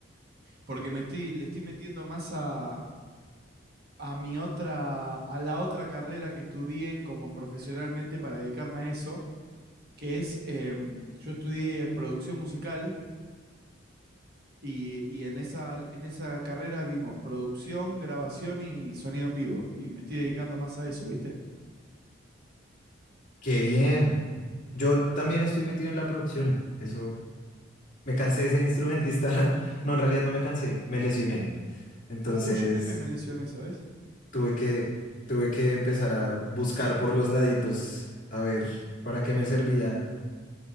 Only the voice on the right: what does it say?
porque me estoy, le estoy metiendo más a, a mi otra, a la otra carrera que estudié como profesionalmente para dedicarme a eso, que es, em, yo estudié producción musical y, y en esa, en esa carrera vimos producción, grabación y sonido en vivo. Y me estoy dedicando más a eso, ¿viste?
Uh, yo también me lesioné, ¿sabes?